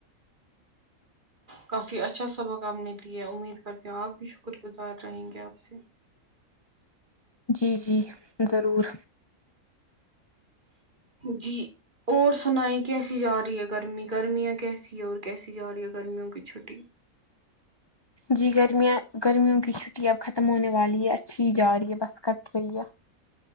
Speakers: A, on the right; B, on the left.
A: کافی اچھا سبق آپ نے کیا امید کرتی ہوں آپ بھی شکر گزار رہیں گے آپ سے
B: جی جی ضرور
A: جی اور سنائی کیسی جا رہی ہے گرمی گرمیاں کیسی ہے اور کیسی جا رہی ہے گرمیوں کی چھٹی
B: جی گرمیاں گرمیوں کی چھٹی اب ختم ہونے والی یہ اچھی جا رہی ہے بس کٹ کھلیا